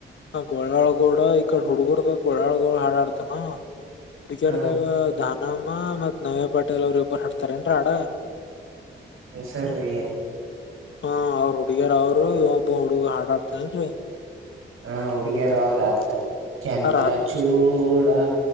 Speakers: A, on the left; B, on the right.
A: ಅವ ಗೋಳಾಳ ಗೌಡ ಈಕಡೆ ಹುಡುಗುರದು ಗೋಳಾಳ ಗೌಡ ಹಾಡ ಆಡ್ತಾನ. ಹುಡಗಿರದಾಗ
B: ಹ್ಮ್
A: ನಾ. ನಮ್ಮ ಮತ್ ನವ್ಯ ಪಾಟೇಲ್ ಅವ್ರ ಇಬ್ಬರು ಹಾಡ್ತಾರ ಏನ್ ಹಾಡ.
B: ಹೆಸರ ರಿ.
A: ಹ್ಮ್ ಅವರ ಹುಡಗಿರ ಅವರು ಇವ ಒಬ್ಬ ಹುಡುಗ ಹಾಡಾಡ್ತೇನ್ರಿ.
B: ಹ್ಮ್ ಹುಡುಗಿಯರ ಅವ್ರು ಹಾಡತಾರ ಚಂದ್ರ
A: ಆ
B: ಚೂಡ.